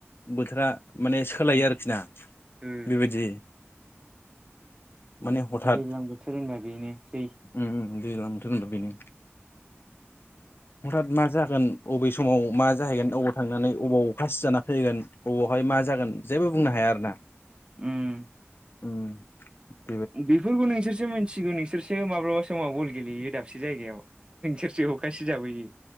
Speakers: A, on the left; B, on the right.
A: बोथोरा माने सोलायो आरोखि ना
B: ओ
A: बेबायदि माने हथात
B: दैज्लां बोथोर होनबा बेनोसै
A: उम उम उम दैेलां बोथोर होनबा बेनो
B: <inaudible>
A: हथात मा जागोन बबे समाव मा जाहैगोन अबाव थांनानै अबाव अखा सिजाना फैगोन बबावहाय मा जागोन जेबो बुंनो हाया आरो ना
B: उम
A: औ
B: बेफोरखौ नोंसोरसो मिथिगौ नोंसोरसो माब्लाबा समाव बल गेलेयो दाबसे जायगायाव नोंसोरसो अखा सिजाबोयो